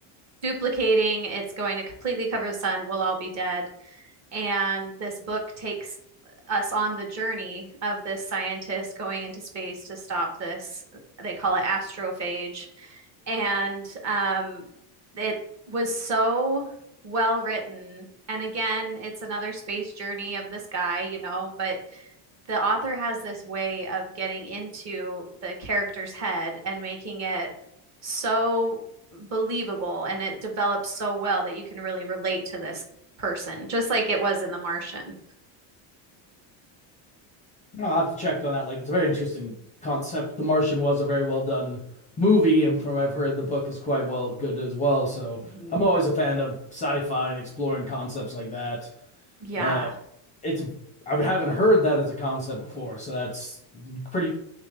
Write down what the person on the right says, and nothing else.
duplicating, it's going to completely cover the sun. We'll all be dead. And this book takes us on the journey of this scientist going into space to stop this. They call it astrophage. And um, it was so well written. And again, it's another space journey of this guy, you know, but the author has this way of getting into the character's head and making it so believable and it develops so well that you can really relate to this person, just like it was in The Martian.
Mhm.
Yeah.